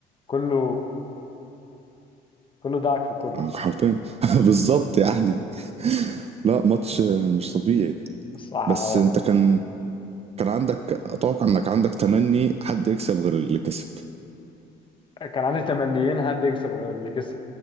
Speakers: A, on the left; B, on the right.
A: كله كله دعك في كله
B: آه، حرفيا <laughs> بالظبط يعني لا ماتش مش طبيعي
A: الصراحة
B: بس انت كان كان عندك اتوقع انك عندك تمني حد يكسب غير اللي كسب
A: آه، كان عندي تمنيين حد يكسب غير اللي كسب